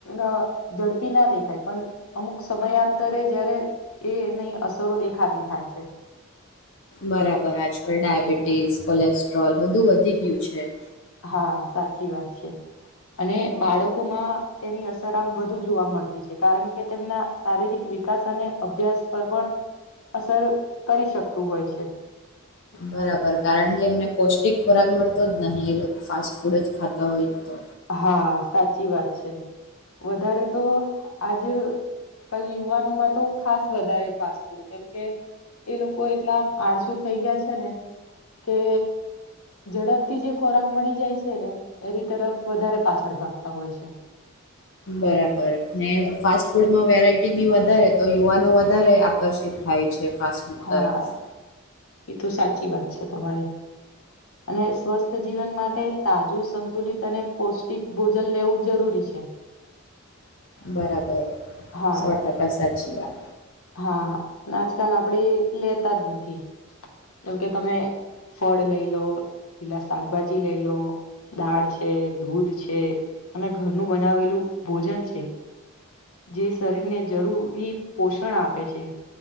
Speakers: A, on the left; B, on the left.
A: અહ ઝડપી ના દેખાય, પણ અમુક સમય <unintelligible> તા રહે જયારે એ એની અસરો દેખાતી થાય છે.
B: બરાબર. આજકાલ ડાયાબિટીસ, કોલેસ્ટ્રોલ બધું વધી ગયું છે.
A: હા સાચી વાત છે અને બાળકોમાં તેની અસર આમ વધુ જોવા મળતી છે કારણ કે તેમના શારીરિક વિકાસ અને અભ્યાસ પર પણ અસર કરી શકતું હોય છે
B: બરાબર કારણ કે એમને પૌષ્ટિક ખોરાક મળતો જ નહીિ એ લોકો ફાસ્ટ ફૂડ જ ખાતા હોય તો
A: હા સાચી વાત છે વધારે તો આજ ક યુવાનોમાં તો ખાસ વધારે ફાસ્ટ ફૂડ કેમકે એ લોકો એટલા આળસુ થઈ ગયા છે ને કે ઝડપથી જે ખોરાક મળી જાય છે ને એની તરફ વધારે પાછળ પાડતા હોય છે
B: બરાબર ને ફાસ્ટ ફૂડમાં વેરાયટી બી વધારે તો યુવાનો વધારે આકર્ષિત થાય છે ફાસ્ટફૂડ
A: હા
B: તરફ
A: એ તો સાચી વાત છે તમારી અને સ્વસ્થ જીવન માટે તાજું સંતુલિત અને પૌષ્ટિક ભોજન લેવું જરૂરી છે
B: બરાબર
A: હા
B: સો ટકા સાચી વાત
A: હા પણ આજકાલ આપણે લેતા જ નથી જેમ કે તમે ફળ લઈ લો પેલા શાકભાજી લઈ લો દાળ છે દૂધ છે અને ઘરનું બનાવેલું ભોજન છે જે શરીરને જરૂરી પોષણ આપે છે